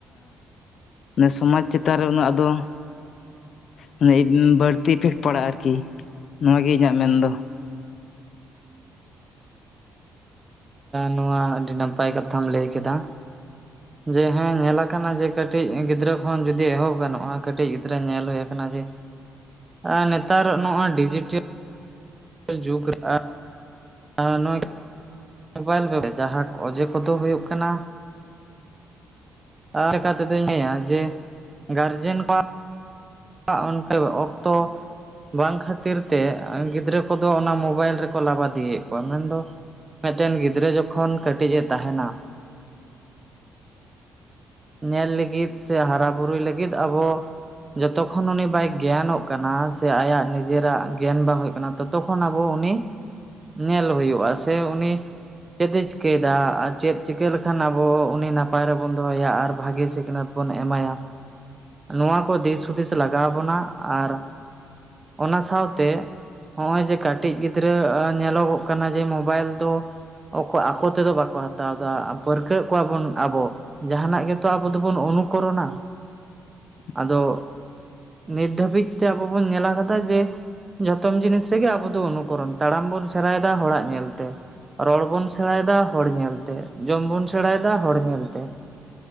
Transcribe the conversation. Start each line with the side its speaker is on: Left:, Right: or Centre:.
Left: ᱟ ᱥᱚᱢᱟᱡᱽ ᱪᱮᱛᱟᱱ ᱨᱮ ᱩᱱᱟᱹᱜ ᱟᱫᱚ ᱦᱟᱱᱮ ᱤᱯ ᱵᱟᱹᱲᱛᱤ ᱤᱯᱷᱮᱠᱴ ᱯᱟᱲᱟᱜᱼᱟ ᱟᱨᱠᱤ ᱱᱚᱣᱟ ᱜᱮ ᱤᱧᱟᱹᱜ ᱢᱮᱱ ᱫᱚ
Right: ᱱᱚᱣᱟ ᱟᱹᱰᱤ ᱱᱟᱯᱟᱭ ᱠᱟᱛᱷᱟᱢ ᱞᱟᱹᱭ ᱠᱮᱫᱟ
Left: <inaudible>
Right: ᱡᱮ ᱦᱮᱸ ᱧᱮᱞ ᱟᱠᱟᱱᱟ ᱡᱮ ᱠᱟᱹᱴᱤᱡ ᱜᱤᱫᱽᱨᱟᱹ ᱠᱷᱚᱱ ᱡᱩᱫᱤ ᱮᱦᱚᱵ ᱜᱟᱱᱚᱜᱼᱟ ᱠᱟᱴᱤᱡ ᱜᱤᱫᱽᱨᱟᱹ ᱧᱮᱞ ᱦᱩᱭ ᱟᱠᱟᱱᱟ ᱡᱮ ᱟ ᱱᱮᱛᱟᱨ ᱱᱚᱜ ᱰᱤᱡᱤᱴᱮᱞ ᱡᱩᱜ ᱨᱮ ᱟ ᱻ ᱜ ᱟᱻ ᱱᱚᱣᱟ ᱜᱮ ᱢᱳᱵᱟᱭᱤᱞ <unintelligible> ᱡᱟᱦᱟᱸ ᱚᱡᱮ ᱠᱚᱫᱚ ᱦᱩᱭᱩᱜ ᱠᱟᱱᱟ ᱟᱨ ᱠᱟᱛᱮᱫᱳᱧ ᱞᱟᱹᱭᱟ ᱡᱮ ᱜᱟᱨᱡᱮᱱ ᱠᱚᱼᱼ ᱣᱟᱜ ᱚᱱᱠᱟ ᱚᱠᱛᱚ ᱵᱟᱝ ᱠᱷᱟᱹᱛᱤᱨ ᱛᱮ ᱜᱤᱫᱽᱨᱟᱹ ᱠᱚᱫᱚ ᱚᱱᱟ ᱢᱳᱵᱟᱭᱤᱞ ᱨᱮᱠᱚ ᱞᱟᱵᱟ ᱤᱫᱤᱭᱮᱫ ᱠᱚᱣᱟ ᱢᱮᱱᱫᱚ ᱢᱤᱫᱴᱮᱱ ᱜᱤᱫᱽᱨᱟᱹ ᱡᱚᱠᱷᱚᱱ ᱠᱟᱹᱴᱤᱡ ᱮ ᱛᱟᱦᱮᱱᱟ
Left: <inaudible>
Right: ᱧᱮᱞ ᱞᱟᱹᱜᱤᱫ ᱥᱮ ᱦᱟᱨᱟ ᱵᱩᱨᱩᱭ ᱞᱟᱹᱜᱤᱫ ᱟᱵᱚ ᱡᱚᱛᱚᱠᱷᱚᱱ ᱩᱱᱤ ᱵᱟᱭ ᱜᱮᱭᱟᱱᱚᱜ ᱠᱟᱱᱟ ᱥᱮ ᱟᱭᱟᱜ ᱱᱤᱡᱮᱨᱟᱜ ᱜᱮᱭᱟᱱ ᱵᱟᱝ ᱦᱩᱭᱩᱜ ᱠᱟᱱᱟ ᱛᱚᱛᱚᱠᱷᱚᱱ ᱟᱵᱚ ᱩᱱᱤ ᱱᱮᱞ ᱦᱩᱭᱩᱜᱼᱟ ᱥᱮ ᱩᱱᱤ ᱪᱮᱫ ᱮ ᱪᱤᱠᱟᱹᱭᱮᱫᱟ ᱟᱨ ᱪᱮᱫ ᱪᱤᱠᱟᱹ ᱞᱮᱠᱷᱟᱱ ᱟᱵᱚ ᱩᱱᱤ ᱱᱟᱯᱟᱭ ᱨᱮᱵᱚᱱ ᱫᱚᱦᱚᱭᱟ ᱟᱨ ᱵᱷᱟᱜᱤ ᱥᱤᱠᱷᱱᱟᱛ ᱵᱚᱱ ᱮᱢᱟᱭᱟ ᱱᱚᱣᱟ ᱠᱚ ᱫᱤᱥ ᱦᱩᱫᱤᱥ ᱞᱟᱜᱟᱣᱵᱚᱱᱟ ᱟᱨ ᱚᱱᱟ ᱥᱟᱶᱛᱮ ᱱᱚᱜᱼᱚᱭ ᱡᱮ ᱠᱟᱹᱴᱤᱡ ᱜᱤᱫᱽᱨᱟᱹ ᱧᱮᱞᱚᱜᱚᱜ ᱠᱟᱱᱟ ᱡᱮ ᱢᱳᱵᱟᱭᱤᱞ ᱫᱚ ᱚᱠᱚ ᱟᱠᱚ ᱛᱮᱫᱚ ᱵᱟᱠᱚ ᱦᱟᱛᱟᱣ ᱫᱟ ᱯᱟᱹᱨᱠᱟᱹᱜ ᱮᱫ ᱠᱚᱣᱟ ᱵᱚᱱ ᱟᱵᱚ ᱡᱟᱦᱟᱱᱟᱜ ᱜᱮᱛᱚ ᱟᱵᱚ ᱫᱚᱵᱚᱱ ᱚᱱᱩᱠᱚᱨᱚᱱᱟ
Left: <inaudible>
Right: ᱟᱫᱚ ᱱᱤᱛ ᱫᱷᱟᱹᱵᱤᱡ ᱛᱮ ᱟᱵᱚ ᱵᱚᱱ ᱧᱮᱞ ᱟᱠᱟᱫᱟ ᱡᱮ ᱡᱚᱛᱚᱢ ᱡᱤᱱᱤᱥ ᱨᱮᱜᱮ ᱟᱵᱚ ᱫᱚ ᱚᱱᱩᱠᱚᱨᱚᱱ ᱛᱟᱲᱟᱢ ᱵᱚᱱ ᱥᱮᱲᱟᱭᱮᱫᱟ ᱦᱚᱲᱟᱜ ᱧᱮᱞᱛᱮ ᱨᱚᱲ ᱵᱚᱱ ᱥᱮᱬᱟᱭᱮᱫᱟ ᱦᱚᱲ ᱧᱮᱞ ᱛᱮ ᱡᱚᱢ ᱵᱚᱱ ᱥᱮᱬᱟᱭᱮᱫᱟ ᱦᱚᱲ ᱧᱮᱞ ᱛᱮ